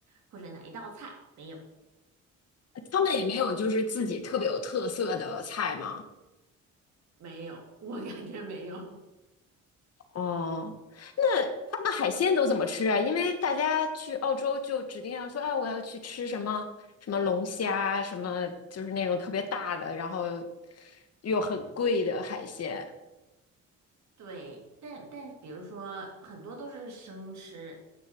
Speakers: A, on the right; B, on the left.
A: 或者哪一道菜，没有
B: 他们也没有就是自己特别有特色的菜吗？
A: 没有，我感觉没有。
B: 哦，那他们海鲜都怎么吃啊？因为大家去澳洲就指定要说，哎，我要去吃什么什么龙虾，什么就是那种特别大的，然后又很贵的海鲜。
A: 对，但但比如说很多都是生吃，